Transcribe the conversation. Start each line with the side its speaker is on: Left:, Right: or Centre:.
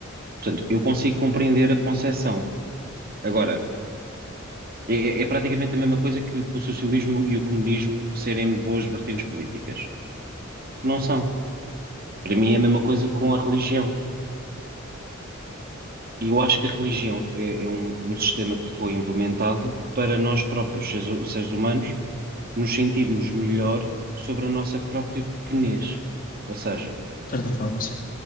Right: Portanto, eu consigo compreender a concepção. Agora, é, é é praticamente a mesma coisa que, o que o socialismo e o comunismo serem boas vertentes políticas. Não são. Para mim é a mesma coisa com a religião. E eu acho que a religião é, é um, um sistema que foi implementado para nós próprios, seres, seres humanos, nos sentirmos melhor sobre a nossa própria pequenez. Ou seja,
Left: De certa forma, sim.